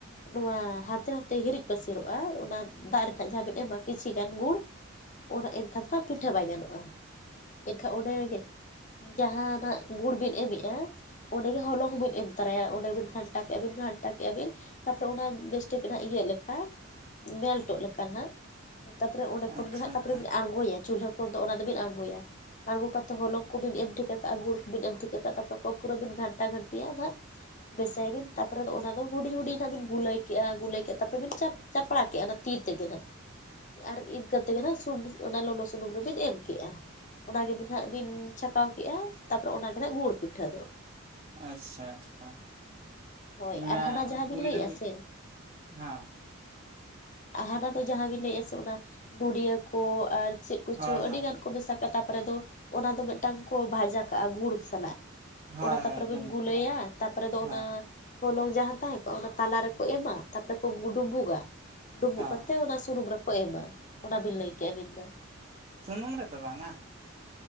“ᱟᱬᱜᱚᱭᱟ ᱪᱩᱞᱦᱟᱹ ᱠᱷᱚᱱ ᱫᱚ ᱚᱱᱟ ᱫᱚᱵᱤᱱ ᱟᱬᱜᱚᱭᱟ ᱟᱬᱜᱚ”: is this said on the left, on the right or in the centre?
Left